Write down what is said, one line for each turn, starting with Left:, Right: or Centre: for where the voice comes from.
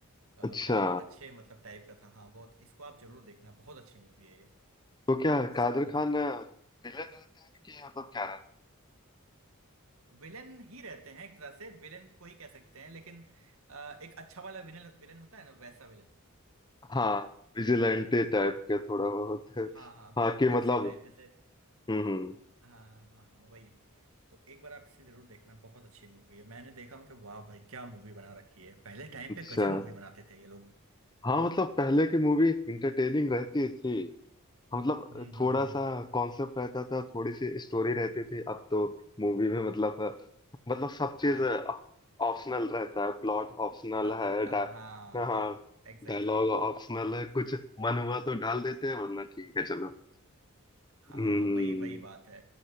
Right: अ,
Left: अच्छा
Right: बहुत अच्छे मतलब टाइप का था हाँ बहुत इसको आप जरूर देखना बहुत अच्छी मूवी है ये
Left: तो क्या है
Right: सपूत
Left: कादर खान
Right: है
Left: विलन रहता है कि मतलब क्या रहता
Right: विलेन ही रहते हैं एक तरह से विलेन को ही कह सकते हैं लेकिन अ, एक अच्छा वाला विलेन विलेन होता है ना वैसा विलेन
Left: है हाँ विजिलेंटे टाइप
Right: हम्म
Left: के थोड़ा बहुत है
Right: हाँ हाँ
Left: हाँ
Right: बहुत
Left: कि
Right: अच्छे
Left: मतलब
Right: टाइप जैसे
Left: हम्म हम्म,
Right: हाँ हाँ हाँ हाँ, वही तो एक बार आप इसे जरूर देखना बहुत अच्छी मूवी है मैंने देखा हूँ कि वाह भाई क्या मूवी बना रखी है पहले टाइम
Left: अच्छा
Right: पे गजब मूवी बनाते थे ये लोग
Left: हाँ मतलब पहले की मूवी इंटरटेनिंग रहती थी हाँ, मतलब
Right: हम्म हम्म
Left: थोड़ा
Right: हम्म हम्म।
Left: सा कॉन्सेप्ट रहता था थोड़ी सी स्टोरी रहती थी अब तो मूवी में मतलब मतलब सब चीज
Right: आप
Left: ऑप्शनल रहता है प्लॉट ऑप्शनल
Right: अब
Left: है
Right: अब
Left: डा,
Right: हाँ
Left: हाँ
Right: हाँ एग्जैक्टली
Left: डायलॉग ऑप्शनल है कुछ मन हुआ तो डाल देते हैं वरना ठीक है चलो
Right: हाँ
Left: हम्म
Right: वही वही बात है